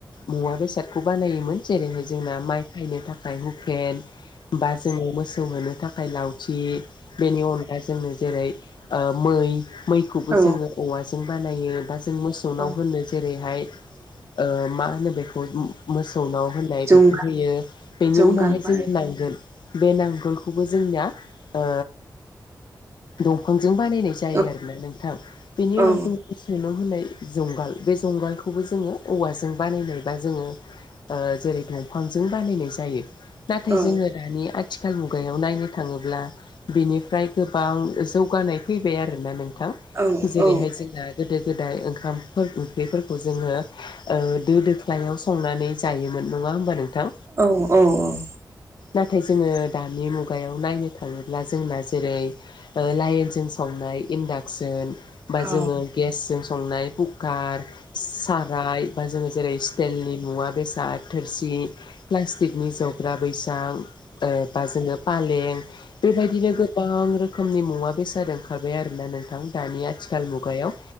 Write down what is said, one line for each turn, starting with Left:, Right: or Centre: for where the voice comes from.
Left: मुवा बेसादखौ बानायोमोन। जेरैहाय जोंना माइ खायनो थाखाय हुखेन बा जोङो मोसौ होनो थाखाय लावथि बेनि अन दा जोंङनो जेरै ओ मै मैखौबो
Right: औ
Left: जोङो औवाजों बानायो बा जों मोसौ नाव
Right: औ
Left: होनो जेरैहाय ओ मा होनो बेखौ मोसौनाव होनाय
Right: जुंगाल
Left: बेखौ होयो। बेनि
Right: जुंगालबाय
Left: उनावहाय जोङो नांगोल, बे नांगोलखौबो जोंनिया ओ दंफांजों बानायनाय जायो
Right: औ
Left: आरोना नोंथां। बेनि
Right: औ
Left: उनाव जों मोसौवनाव होनाय जुंगाल बे जुंगालखौबो जोङो औवाजों बानायनाय बा जोङो ओ जेरै दंफांजों बानायनाय जायो। नाथाय
Right: औ
Left: जोङो दानि आ थिखाल मुगायाव नायनो थाङोब्ला बिनिफ्राय गोबां जौगानाय फैबाय आरोना नोंथां।
Right: औ
Left: जेरैहाय
Right: औ
Left: जोंना गोदो गोदाय ओंखामफोर ओंख्रिफोरखौ जोङो ओ दो दोख्लायाव सं संनानै जायोमोन नङा होमबा नोंथां?
Right: औ अह अह।
Left: नाथाय जोङो दानि मुगायाव नायनो थाङोब्ला जोंना जेरै ओ लाइनजों संनाय इन्डाक्सन बा जोङो
Right: औ
Left: गेसजों संनाय कुकार सा <unintelligible> बा जों जेरै स्टेलनि मुवा बेसाद थोरसि प्लास्टिकनि जग ग्रा बैसां ओ बा जोङो फालें बेबायदिनो गोबां रोखोमनि मुवा बेसाद ओंखारबाय आरो ना नोंथां दानिया आथिखाल मुगायाव